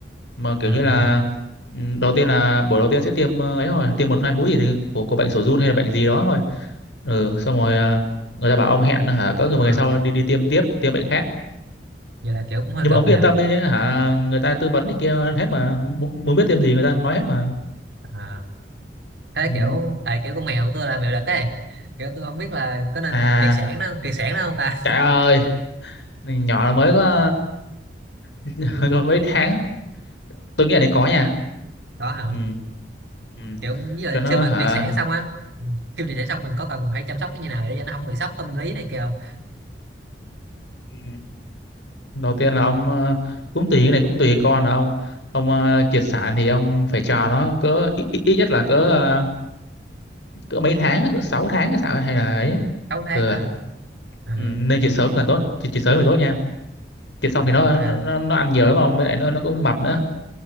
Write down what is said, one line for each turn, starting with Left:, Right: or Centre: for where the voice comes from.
Left: mà kiểu
Right: ờ
Left: như là ừ, đầu tiên là buổi đầu tiên sẽ tiêm ờ, ấy thôi tiêm một hai mũi gì thì của của bệnh sổ giun hay là bệnh gì đó thôi ừ xong rồi ờ, người ta bảo ông hẹn hả cỡ người một
Right: ờ
Left: ngày sau đi đi tiêm tiếp tiêm bệnh khác
Right: vậy là kiểu cũng hơi
Left: nhưng
Right: cực
Left: mà ông
Right: nha
Left: cứ yên tâm đi hả người ta tư vấn thì kia hết mà Mu- muốn biết thêm gì người ta nói hết mà
Right: ờ thế
Left: ừ.
Right: kiểu tại kiểu con mèo của tôi là mèo đực ấy kiểu tôi không biết là có nên
Left: à
Right: triệt sản nó triệt sản nó không ta
Left: trời ơi nhỏ là mới có, <laughs> mới có mấy tháng tôi nghĩ là nên có nha
Right: có hả
Left: ừ. Ừ.
Right: kiểu như là
Left: cho nó
Right: khi mà
Left: hả
Right: triệt sản xong á ừ, khi mà triệt sản xong mình có cần phải chăm sóc nó như nào để cho nó không bị sốc tâm lý này kia không
Left: ừ. đầu tiên là ông ờ, cũng tùy cái này cũng tùy con là ông ông ờ, triệt sản thì ông phải cho nó cỡ ít, ít, ít nhất là cỡ ờ, cỡ mấy tháng cỡ 6 tháng hay sao ấy, hay là ấy
Right: sáu tháng
Left: ừ.
Right: hả
Left: à.
Right: à,
Left: Ừ, nên triệt sớm càng tốt triệt, triệt sớm thì tốt nha Thịt xong
Right: à
Left: thì nó
Right: ok
Left: nó, nó ăn nhiều lắm mà với lại nó nó cũng mập nữa.